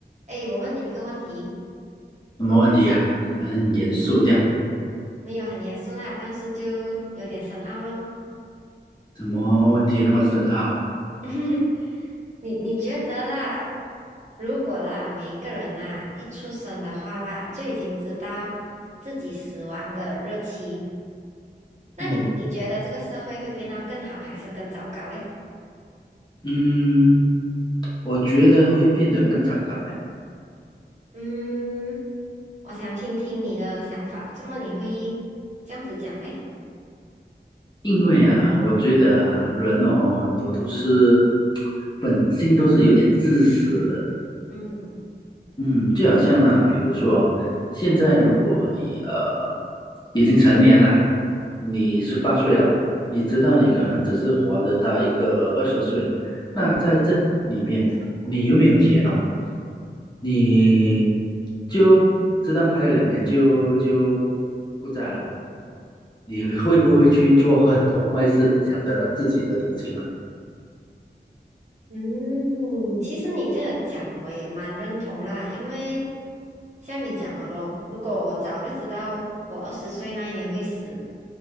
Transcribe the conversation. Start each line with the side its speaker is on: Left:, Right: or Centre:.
Right: 哎，我问你一个问题，
Left: 什么问题啊？很严肃这样，
Right: 没有很严肃啦，但是就有点深奥咯。
Left: 什么问题那么深奥啊？
Right: <laughs> 你你觉得啦，如果啦，每一个人啦，一出生的话啦，就已经知道自己死亡的日期，那你你觉得这个社会会变得更好还是更糟糕嘞？
Left: 嗯嗯，我觉得会变得更糟糕的，
Right: 嗯，我想听听你的想法，怎么你会这样子讲嘞？
Left: 因为啊，我觉得啊，人哦，很多都是 <tsk> 本性都是有点自私的，
Right: 嗯
Left: 嗯，就好像呢，比如说，现在如果你呃已经成年了，你十八岁了，你知道你可能只是活得到一个二十岁，
Right: 嗯。
Left: 那在这里面，你有没有钱了？你就知道还有两年就就不在了，你会不会去做很多坏事，想得到自己的东西呢？
Right: 嗯，其实你这个讲我也蛮认同啦，因为像你讲的咯，如果我早就知道我二十岁那一年会死，